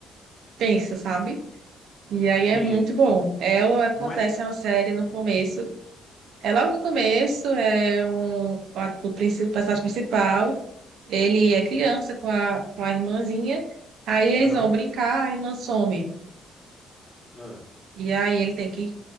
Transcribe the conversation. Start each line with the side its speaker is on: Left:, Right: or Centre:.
Right: pensa, sabe? E aí
Left: sim,
Right: é muito
Left: é-
Right: bom. Ela acontece
Left: não é.
Right: uma série no começo. É logo no começo, é um, o, a- o, princi- o personagem principal, ele é criança com a, com a irmãzinha, aí eles
Left: Aham,
Right: vão brincar, a irmã some.
Left: ah,
Right: E aí ele tem que.